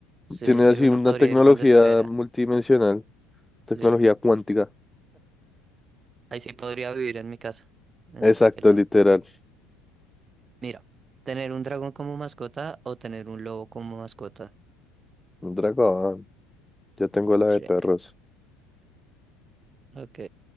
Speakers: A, on the right; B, in the centre.
A: Sí,
B: Tiene así
A: uno
B: una
A: podría
B: tecnología
A: ir donde fuera.
B: multidimensional,
A: Sí,
B: tecnología cuántica.
A: ahí sí podría vivir en mi casa, en
B: Exacto,
A: cualquier lado.
B: literal.
A: Mira, tener un dragón como mascota o tener un lobo como mascota.
B: Un dragón. Ya tengo la
A: Shrek.
B: de perros.
A: Ok,